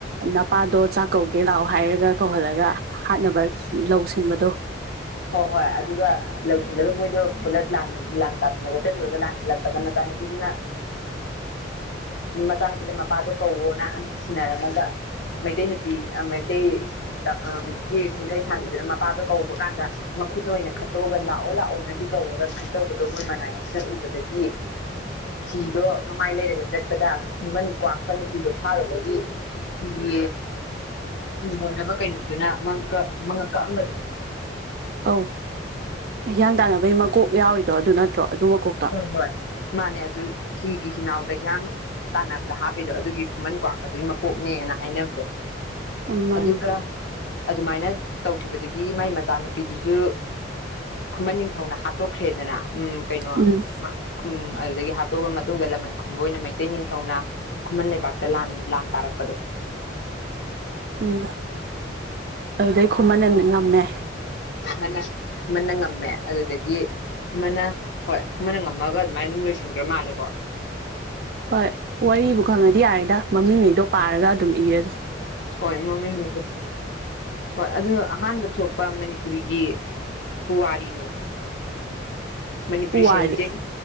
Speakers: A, on the right; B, on the left.
A: ꯅꯄꯥꯗꯣ ꯆꯥꯛꯀꯧ ꯒꯦ ꯂꯥꯛꯑꯣ ꯍꯥꯏꯔꯒ ꯀꯧꯍꯜꯂꯒ ꯍꯥꯠꯅꯕ ꯂꯧ ꯁꯤꯟꯕꯗꯣ
B: ꯍꯣꯏ ꯍꯣꯏ ꯑꯗꯨꯒ ꯂꯧꯁꯤꯜꯂꯒ ꯃꯣꯏꯗꯣ ꯄꯨꯂꯞ ꯂꯥꯡ ꯂꯥꯡ ꯂꯥꯟꯗꯦꯡꯅꯕ ꯆꯠꯂꯨꯔꯒ ꯂꯥꯟ ꯍꯜꯂꯛꯄꯗ ꯃꯆꯥꯅꯨꯄꯤꯗꯨꯅ ꯃꯆꯥꯅꯨꯄꯤꯗ ꯃꯄꯥꯗꯣ ꯀꯧꯑꯣꯅ ꯁꯤꯟꯅꯔꯝꯃꯒ ꯃꯩꯇꯩ ꯅꯨꯄꯤ ꯑ ꯃꯩꯇꯩ ꯍꯧꯖꯤꯛꯀꯤ ꯆꯤꯡꯈꯩꯊꯥꯟꯕꯤꯗꯨꯅ ꯃꯄꯥꯗꯣ ꯀꯧꯕꯀꯥꯟꯗ ꯃꯈꯨꯠꯅ ꯑꯣꯏꯅ ꯈꯠꯇꯣꯛꯑꯒ ꯂꯥꯛꯑꯣ ꯂꯥꯛꯑꯣꯅꯗꯤ ꯀꯧꯔꯒ ꯑꯗꯨꯃꯥꯏ ꯇꯧꯕꯗꯣ ꯃꯣꯏ ꯃꯅꯥꯏ ꯑꯃꯅ ꯎꯕꯗꯒꯤ ꯍꯤꯗꯣ ꯃꯃꯥꯏ ꯂꯩꯔꯒ ꯆꯠꯄꯗ ꯈꯨꯃꯟ ꯀ꯭ꯋꯥꯛꯄꯅ ꯍꯤꯗꯣ ꯐꯥꯔꯨꯕꯒꯤ ꯍꯤꯒꯤ ꯍꯤ ꯍꯣꯟꯅꯕ ꯀꯩꯅꯣꯗꯨꯅ ꯃꯉꯛ ꯀ ꯃꯉꯛ ꯀꯛꯑꯝꯕꯗꯣ
A: ꯑꯧ ꯍꯤꯌꯥꯡ ꯇꯥꯟꯅꯕꯩ ꯃꯀꯣꯛ ꯌꯥꯎꯋꯤꯗꯣ ꯑꯗꯨ ꯅꯠꯇ꯭ꯔꯣ ꯑꯗꯨ ꯃꯀꯣꯛ
B: ꯍꯣꯏ ꯍꯣꯏ ꯃꯥꯅꯦ ꯑꯗꯨ ꯁꯤꯒꯤ ꯍꯤꯅꯥꯎꯗ ꯍꯤꯌꯥꯡ ꯇꯥꯟꯅꯕꯗ ꯍꯥꯞꯄꯤꯗꯣ ꯑꯗꯨꯒꯤ ꯈꯨꯃꯟ ꯀ꯭ꯋꯥꯛꯀꯗꯨꯒꯤ ꯃꯀꯣꯛꯅꯦꯅ ꯍꯥꯏꯅꯕꯗꯣ
A: ꯑꯣ ꯃꯥꯅꯦ
B: ꯑꯗꯨꯒ ꯑꯗꯨꯃꯥꯏꯅ ꯇꯧꯒꯤꯕꯗꯒꯤ ꯃꯥꯏ ꯃꯆꯥꯅꯨꯄꯤꯗꯨꯁꯨ ꯈꯨꯃꯟ ꯅꯤꯡꯊꯧꯅ ꯍꯥꯠꯇꯣꯛꯈ꯭ꯔꯦꯗꯅ ꯎꯝ ꯀꯩꯅꯣ
A: ꯎꯝ
B: ꯈꯨꯝ ꯑꯗꯨꯗꯒꯤ ꯍꯥꯠꯇꯣꯛꯑ ꯃꯇꯨꯡꯗ ꯂꯃꯟ ꯈꯨꯝꯕ ꯑꯣꯏꯅ ꯃꯩꯇꯩ ꯅꯤꯡꯊꯧꯅ ꯈꯨꯃꯟ ꯂꯩꯕꯥꯛꯇ ꯂꯥꯟ ꯂꯥꯟ ꯇꯥꯔꯛꯄꯗꯣ
A: ꯎꯝ ꯑꯗꯨꯗꯩ ꯈꯨꯃꯟꯅ ꯉꯝꯃꯦ
B: ꯃꯟꯅ ꯑꯃꯅ ꯉꯝꯃꯦ ꯑꯗꯨꯗꯒꯤ ꯈꯨꯃꯟꯅ ꯍꯣꯏ ꯈꯨꯃꯟꯅ ꯉꯝꯃꯒ ꯑꯗꯨꯃꯥꯏ ꯑꯗꯨꯝ ꯂꯣꯏꯁꯤꯟꯒ꯭ꯔ ꯃꯥꯜꯂꯦꯀꯣ
A: ꯍꯣꯏ ꯋꯥꯔꯤꯕꯨ ꯈꯪꯉꯗꯤ ꯌꯥꯔꯦꯗ ꯃꯃꯤꯡꯉꯩꯗꯣ ꯄꯥꯔꯒ ꯑꯗꯨꯝ ꯏꯔꯖꯤ
B: ꯍꯣꯏ ꯃꯃꯤꯡꯒꯗꯣ ꯍꯣꯏ ꯑꯗꯨ ꯑꯍꯥꯟꯕ ꯊꯣꯛꯄ ꯃꯅꯤꯄꯨꯔꯤꯒꯤ ꯄꯨꯋꯥꯔꯤꯗꯣ <unintelligible> <inaudible> ꯃꯅꯤꯄꯨꯔꯤ
A: ꯎ
B: ꯁꯥꯍꯤꯇ꯭ꯌꯒꯤ
A: ꯋꯥꯗꯤ